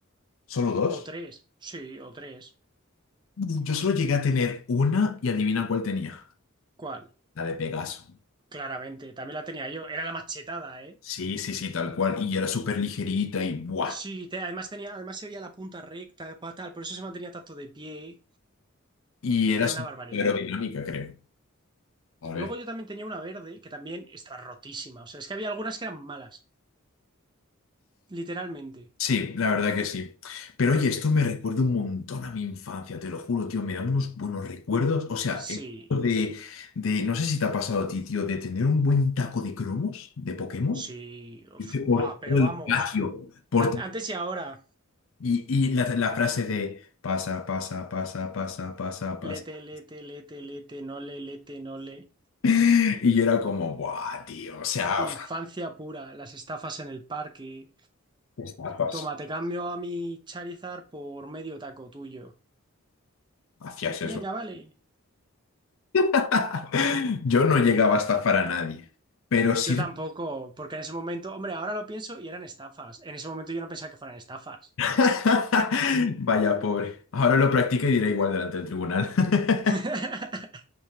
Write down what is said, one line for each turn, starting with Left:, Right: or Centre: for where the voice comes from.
Left: solo dos?
Right: o tres. Sí, o tres.
Left: Mm, Yo solo llegué a tener una y adivina cuál tenía.
Right: ¿Cuál?
Left: La de Pegaso.
Right: Claramente, también la tenía yo. Era la machetada, ¿eh?
Left: Sí, sí, sí, tal cual. Y era súper ligerita y ¡buah!
Right: Sí, te- además tenía, además se veía la punta recta, pa- tal, por eso se mantenía tanto de pie.
Left: Y era
Right: Era
Left: súper
Right: una barbaridad,
Left: aerodinámica,
Right: ¿eh?
Left: creo. A
Right: Luego
Left: ver.
Right: yo también tenía una verde que también estaba rotísima. O sea, es que había algunas que eran malas, literalmente.
Left: Sí, la verdad que sí. Pero oye, esto me recuerda un montón a mi infancia, te lo juro, tío, me da unos buenos recuerdos. O sea,
Right: Sí,
Left: el hecho de, de, no sé si te ha pasado a ti, tío, de tener un buen taco de cromos de Pokémon,
Right: sí. uf,
Left: ¿viste?
Right: buah,
Left: Por
Right: pero
Left: todo el
Right: vamos.
Left: patio, por
Right: an-
Left: to-
Right: antes y ahora.
Left: y, y la, la frase de pasa, pasa, pasa, pasa, pasa, pasa.
Right: Lete, lete, lete, lete, no le, lete, no le.
Left: <laughs> Y yo era como, buah, tío, o sea,
Right: Infancia
Left: uf,
Right: pura, las estafas en el parque.
Left: qué estafas,
Right: Toma, te cambio a mi Charizard por medio taco tuyo.
Left: hacías
Right: Venga,
Left: eso.
Right: vale.
Left: <laughs> Yo no llegaba a estafar a nadie, pero sí...
Right: Yo tampoco, porque en ese momento, hombre, ahora lo pienso y eran estafas. En ese momento yo no pensaba que fueran estafas.
Left: <laughs> Vaya, pobre. Ahora lo practica y dirá igual delante del tribunal. <laughs>
Right: <laughs>